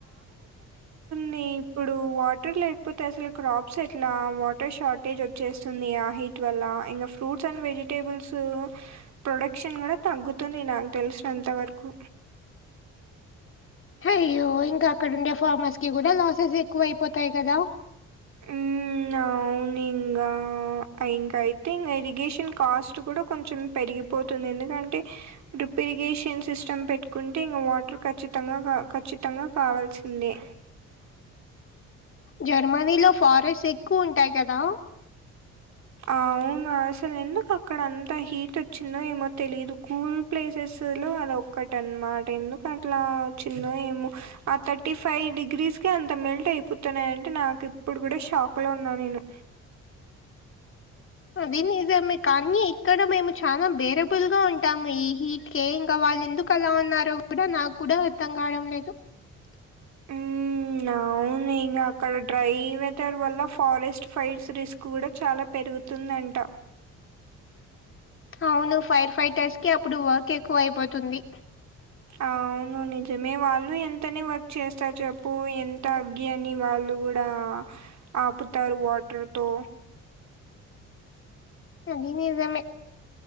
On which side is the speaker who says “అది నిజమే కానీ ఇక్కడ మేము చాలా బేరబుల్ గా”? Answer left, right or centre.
Left